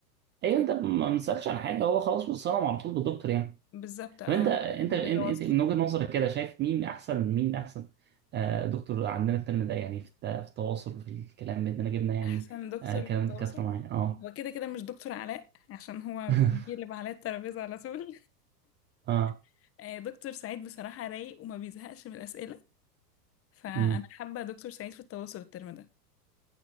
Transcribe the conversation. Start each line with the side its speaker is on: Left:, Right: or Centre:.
Right: ايوه
Left: ف-
Right: انت ما بنسالش عن حاجه هو خلاص بيتصنم على طول بالدكتور يعني
Left: بالظبط اه
Right: طب انت انت
Left: ما
Right: انت
Left: بتواصل
Right: من وجهه نظرك كده شايف مين احسن مين احسن آه، دكتور عندنا الترم ده يعني في الت- في التواصل وفي الكلام بيننا جبنا يعني
Left: أحسن دكتور
Right: آه، كلام
Left: في التواصل
Right: دكاتره معايا اه
Left: هو كده كده مش دكتور علاء عشان هو
Right: <laughs>
Left: بيقلب على الترابيزة على طول
Right: اه
Left: <laughs> آه، دكتور سعيد بصراحة رايق وما بيزهقش من الأسئلة فأنا
Right: امم
Left: حابة دكتور سعيد في التواصل الترم ده